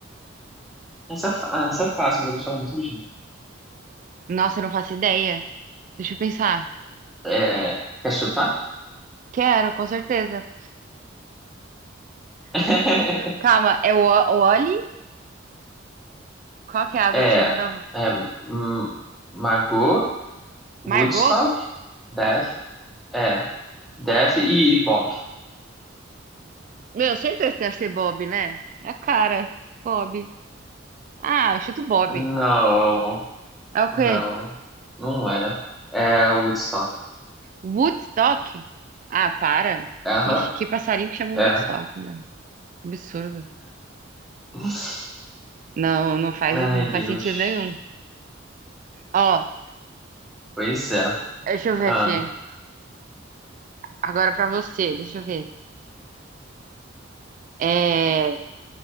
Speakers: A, in the centre; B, on the right.
A: Essa, é fa- essa é fácil, mas eu gostava muito do Snoopy.
B: Nossa, eu não faço ideia. Deixa eu pensar.
A: É, quer chutar?
B: Quero, com certeza.
A: <laughs>
B: Calma, é o o Oli? Qual que é as
A: É,
B: opções de novo?
A: é hum, Magoo, Woodstock,
B: Margot?
A: Def, é, Def e, e Bob.
B: Meu, certeza que deve ser Bob, né? É a cara. Bob. Ah, eu chuto Bob.
A: Não,
B: É o
A: não,
B: quê?
A: não era. É Woodstock.
B: Woodstock? Ah, para.
A: Aham,
B: Quem, que passarinho que chama
A: é.
B: Woodstock, né? Absurdo.
A: <laughs>
B: Não, não faz,
A: Ai,
B: não
A: Deus.
B: faz sentido nenhum. Ó,
A: Pois é.
B: deixa eu ver
A: Ah.
B: aqui. Agora pra você, deixa eu ver. É...